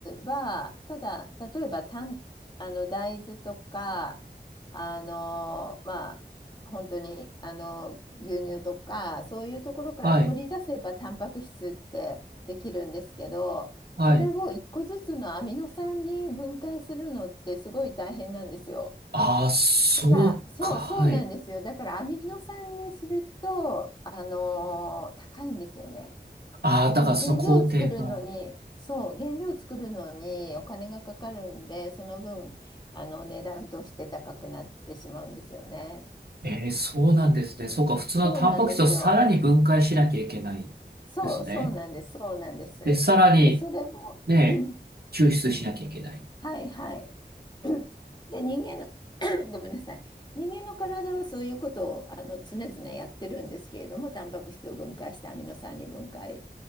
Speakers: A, on the left (about 25°); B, on the right (about 65°).
A: は、ただ、例えばたん、あの、大豆とか、あの、まあ、本当に、あの、牛乳とか、そういうところから取り出せばタンパク質ってできるんですけど、
B: はい、はい。
A: それを一個ずつのアミノ酸に分解するのってすごい大変なんですよ。
B: ああ、そうか、
A: だから、そう、
B: はい。
A: そうなんですよ。だから、アミノ酸にすると、あの、高いんですよね。
B: ああ、
A: その原料を作るのに、
B: だからその工程が。
A: そう、原料を作るのにお金がかかるんで、その分、あの値段として高くなってしまうんですよね。
B: ええ、そうなんですね。そうか、普通のタンパク質をさらに分解しなきゃいけない
A: そうなんですよ。そう、
B: ですね。
A: そうなんです。そうなんです。
B: で、さらに、
A: で、それも
B: ね、
A: <clears throat>
B: 抽出しなきゃいけない。
A: はいはい。<coughs> <clears throat> で、人間の <coughs> <clears throat> ごめんなさい。人間の体はそういうことをあの常々やってるんですけれども、タンパク質を分解してアミノ酸に分解、